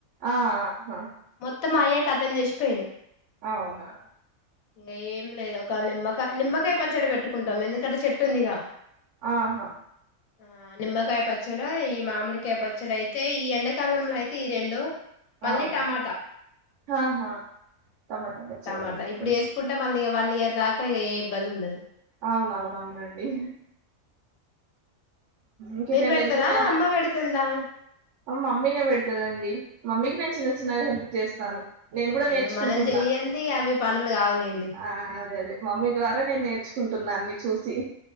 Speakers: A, on the right; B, on the left.
A: ఆహా
B: మొత్తం మాయే కథం చేసిపోయిను
A: అవునా
B: <inaudible> ఇంగ ఏం లేదు ఒక నిమ్మకాయ్ నిమ్మకాయ పచ్చడి పెట్టుకుంటాం ఎందుకంటే చెట్టు ఉందిగా
A: ఆహా
B: ఆ నిమ్మకాయ ప పచ్చడ ఈ మామిడికాయ పచ్చడయితే ఈ ఎండాకాలంలో అయితే ఈ రెండు మళ్ళీ
A: అవునా
B: టమాటా
A: ఆహా టమాటా పచ్చడి
B: టమాటా
A: కూడా పెట్టుకుంటారు
B: ఇప్పుడు ఎసుకుంట టే మళ్ళీ ఇగ వన్ ఇయర్ దాకా ఇగ ఏ ఇబ్బంది ఉండదు
A: అవునవును అవునండి ఇంకేటైనా
B: మీరు పెడతారా
A: వెళ్తున్నారా
B: అమ్మ
A: అండి
B: పెడతుందా
A: మమ్మీనే పెడతదండి మమ్మీకి నేను చిన్న చిన్నగా హెల్ప్ చేస్తాను నేను కూడా నేర్చుకుంటున్నా
B: ఇగ మనం చెయ్యంది అవి పనులు కావులేండి
A: ఆ అదే అదే మమ్మీ ద్వారా నేను నేర్చుకుంటున్నా అన్ని చూసి